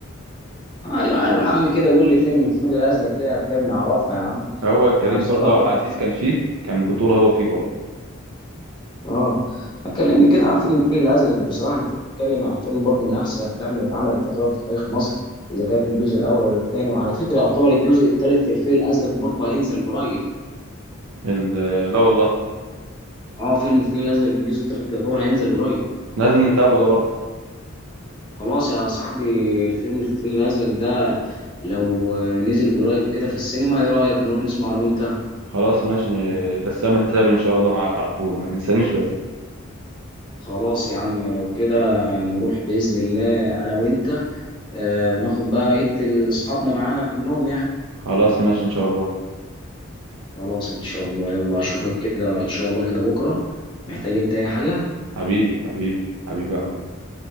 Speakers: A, on the left; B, on the right.
A: ايوه ايوه يا عم كده قول لي فيلم الفيلم ده ازلك كده افلام نعرفها يا عم
B: هو كريم
A: انا بصراحه
B: برضه عبد العزيز كان فيه كان بطولة هو فيه برضه
A: اه كلمني كده عن فيلم الفيل الازرق بصراحه انت بتتكلم عن فيلم برضه من احسن الافلام اللي اتعملت يعتبر في تاريخ مصر اذا كان الجزء الاول ولا الثاني وعلى فكره يعتبر الجزء الثالث للفيل الازرق برضه هينزل قريب
B: ال- آه، لا والله
A: اه فيلم الفيل الازرق الجزء الثالث يعتبر هينزل قريب
B: لازم نتابعه ده برضه
A: خلاص يا صاحبي الفيلم الفيل الازرق ده لو آه، نزل قريب كده في السينما ايه رايك نروح نسمع انا وانت
B: خلاص ماشي آه، بس اعمل حسابي ان شاء الله معاك على طول ما تنسانيش بس
A: خلاص يا عم لو كده نروح باذن الله انا وانت آه وناخد بقى بقيه اصحابنا معانا كلهم يعني
B: خلاص ماشي ان شاء الله
A: خلاص ان شاء الله يلا اشوفك كده ان شاء الله كده بكره محتاج انت اي حاجه
B: حبيبي حبيبي حبيبي اهو